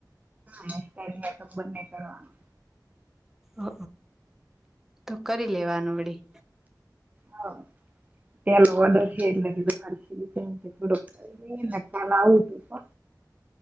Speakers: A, on the right; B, in the centre.
A: હા તો બંને કરવાનું
B: ઓ તો કરી લેવા નુ વળી.
A: હ ત્યાલોડર છે, એટલે <unintelligible>